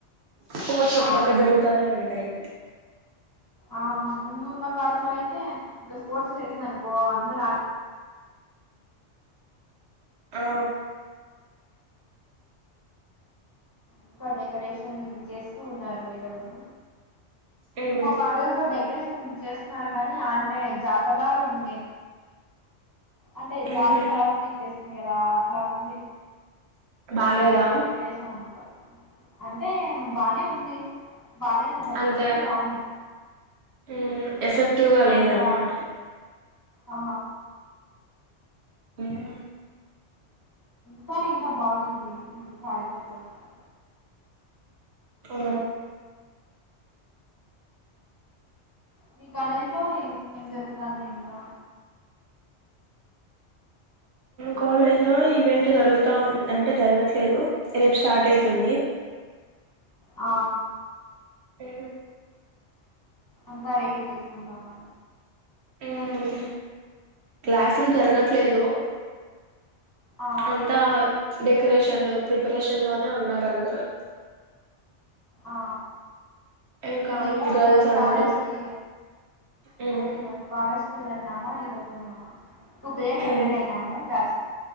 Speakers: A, on the right; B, on the left.
A: స్పోర్ట్స్ ఒక
B: అవును
A: పక్క జరుగుతానే ఉంటాయి
B: ఆ ముందు ఉన్న క్లాస్ లో అయితే ఇంకా స్పోర్ట్స్ జరిగిందనుకో అందరు ఆ
A: ఆ
B: ఇంక డెకరేషన్ చేస్తూ ఉన్నారు ఈరోజు
A: ఉమ్
B: మా కాలేజి లో డెకరేషన్ చేస్తున్నారు కానీ అంటే జాతరలాగా ఉంది అంటే జాతర
A: ఉహు
B: ఫీల్ తేస్తుంది కదా అట్లా ఉంది
A: బాలేదా
B: డెకరేషన్ అంత అంటే బానే ఉంది బాలేదని చెప్పోదు
A: అంతే
B: బావుంది
A: ఉమ్ ఎఫెక్టివ్ గా
B: అంత
A: లేదనమాట
B: ఆ ఆ
A: ఉమ్
B: సారి ఇంకా బాగుంనింది సారీ తో <unintelligible>
A: ఆ
B: మీ కాలేజి లా ఏ ఏం జరుగుతాంది ఇంకా
A: కాలేజ్ లో ఈవెంట్ జరుగుతా అంటే జరగట్లేదు రేపు స్టార్ట్ అయితుంది
B: ఆ
A: హు
B: అంతా రెడీ చేసుకుంటా <unintelligible>
A: మ్మ్ క్లాసులు జరగట్లేదు
B: ఆ
A: అంతా డె కరేషన్లు ప్రిపరేషన్ లోనే ఉన్నారు అందరూ
B: ఆ
A: ఇంకా
B: మేము
A: గర్ల్స్
B: ఈరోజు
A: అందరూ
B: కాలేజి కి
A: మ్మ్
B: హ ఈ రోజు కాలేజ్ వెళ్దామా ఈరోజు టూ పీరియడ్స్
A: మ్మ్
B: అటెండ్ అయినాము క్లాస్